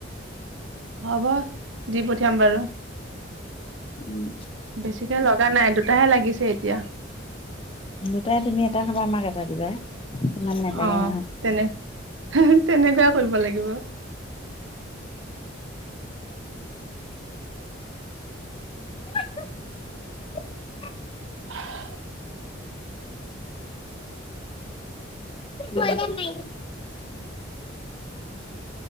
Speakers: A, on the right (about 80°); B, on the left (about 30°).
A: হব দি পঠিয়াম বাৰু
B: উম।
A: বেছিকে লগ নাই দুটাহে লাগিছে এতিয়া।
B: দুটাই, তুমি এটা খাবা আমাক এটা দিবা। ইমান নেলাগে
A: অ
B: নহয়
A: তেনে তেনেকুৱাই কৰিব লাগিব।
B: <unintelligible>
A: <inaudible>
B: ন <inaudible>